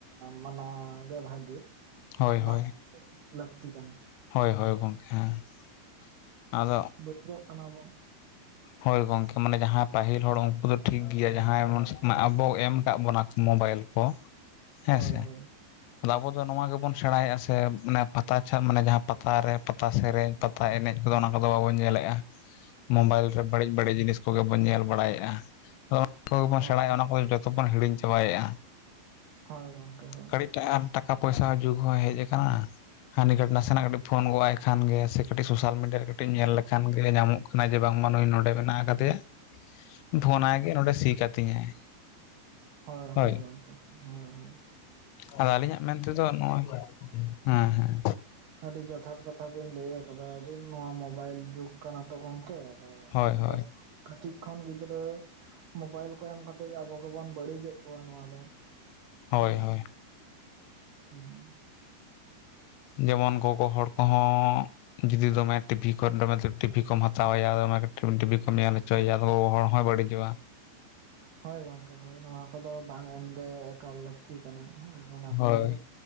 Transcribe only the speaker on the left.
ᱦᱳᱭᱻᱦᱳᱭ
᱾
ᱦᱳᱭᱻ ᱦᱳᱭ, ᱜᱚᱢᱠᱮ ᱦᱮᱸ ᱟᱫᱚ ᱼᱼ
ᱦᱳᱭ ᱜᱚᱢᱠᱮ ᱢᱟᱱᱮ ᱡᱟᱦᱟᱸ ᱯᱟᱹᱦᱤᱞ ᱦᱚᱲ ᱩᱱᱠᱩ ᱫᱚ ᱴᱷᱤᱠ ᱜᱮᱭᱟ ᱡᱟᱦᱟᱸᱭ ᱮᱢᱚᱱ ᱟᱵᱚ ᱮᱢ ᱠᱟᱜ ᱵᱚᱱᱟ ᱢᱳᱵᱟᱭᱤᱞ ᱠᱚ᱾ ᱦᱮᱸ
ᱥᱮ ᱟᱵᱚ ᱫᱚ ᱱᱚᱣᱟ ᱜᱮᱵᱚᱱ ᱼᱼ ᱥᱮᱬᱟᱭᱮᱼᱟ ᱥᱮ ᱢᱟᱱᱮ ᱯᱟᱛᱟ ᱪᱷᱟ ᱢᱟᱱᱮ ᱡᱟᱦᱟᱸ ᱯᱟᱛᱟᱨᱮ ᱯᱟᱛᱟ ᱥᱮᱨᱮᱧ ᱯᱟᱛᱟ ᱮᱱᱮᱡ ᱠᱚᱫᱚ ᱚᱱᱟ ᱠᱚᱫᱚ ᱵᱟᱵᱚᱱ ᱧᱮᱞᱮᱜᱼᱟ।
ᱢᱳᱵᱟᱭᱤᱞ ᱨᱮ ᱵᱟᱹᱲᱤᱡ ᱵᱟᱹᱲᱤᱡ ᱡᱤᱱᱤᱥ ᱠᱚᱜᱮ ᱵᱚᱱ ᱧᱮᱞ ᱵᱟᱲᱟᱭᱮᱜᱼᱟ, ᱟᱫᱚ ᱚᱱᱟ ᱠᱚᱜᱮ ᱵᱚᱱ
ᱥᱮᱬᱟᱭᱮᱜᱼᱟ ᱚᱱᱟ ᱠᱚᱜᱮ ᱼᱼ ᱡᱚᱛᱚ ᱵᱚᱱ ᱦᱤᱲᱤᱧ ᱪᱟᱵᱟᱭᱮᱜᱼᱟ।
ᱠᱟᱹᱴᱤᱡᱟ ᱴᱟᱜ ᱴᱟᱠᱟ ᱯᱚᱭᱥᱟ ᱦᱚᱸ ᱡᱩᱜᱽ ᱦᱚᱸ ᱦᱮᱡ ᱠᱟᱱᱟ। ᱦᱟᱹᱱᱤ ᱜᱴ <unintelligible> ᱱᱟᱥᱮᱱᱟᱜ ᱠᱟᱹᱴᱤᱡ ᱯᱷᱳᱱ ᱜᱚᱜᱼ ᱟᱭ ᱠᱷᱟᱱ ᱜᱮ ᱥᱮ ᱠᱟᱹᱴᱤᱡ ᱥᱳᱥᱟᱞ ᱢᱤᱰᱤᱭᱟ ᱨᱮ ᱠᱟᱹᱴᱤᱡ ᱧᱮᱞ ᱞᱮᱠᱷᱟᱱ ᱜᱮ ᱧᱟᱢᱚᱜ ᱼᱼ ᱠᱟᱱᱟ <inaudible> ᱠᱟᱱᱟᱭ ᱡᱮ ᱵᱟᱝᱢᱟ ᱱᱩᱭ ᱱᱚᱰᱮ ᱢᱮᱱᱟᱜ ᱠᱟᱫᱮᱭᱟ᱾
ᱯᱷᱳᱱᱟᱭ ᱜᱮ ᱱᱚᱸᱰᱮ ᱥᱤ ᱠᱟᱹᱛᱤᱧᱟᱭ।
ᱦᱳᱭ
ᱟᱫᱚ ᱟᱹᱞᱤᱧᱟᱜ ᱢᱮᱱᱛᱮᱫᱚ ᱱᱚᱣᱟ᱾ ᱦᱮᱸ ᱦᱮᱸ
ᱦᱳᱭ
ᱦᱳᱭ
ᱦᱳᱭ
ᱦᱳᱭ
ᱡᱮᱢᱚᱱ ᱜᱚᱜᱚ ᱦᱚᱲ ᱠᱚᱦᱚᱸᱻ ᱼᱼ ᱡᱩᱫᱤ ᱫᱚᱢᱮ ᱴᱤᱵᱷᱤ ᱠᱚ ᱢᱟᱛᱞᱚᱵ ᱴᱤᱵᱷᱤ ᱠᱚᱢ ᱦᱟᱛᱟᱣᱟᱭᱟ ᱚᱱᱟ ᱠᱟᱹᱴᱤᱜ ᱴᱤᱵᱷᱤ ᱠᱚᱢ ᱧᱮᱞ ᱼᱼ ᱪᱚᱭ ᱟᱦᱚᱸ ᱦᱚᱲ ᱦᱚᱸᱭ ᱵᱟᱹᱲᱤᱡᱚᱜᱼᱟ।
ᱦᱳᱭ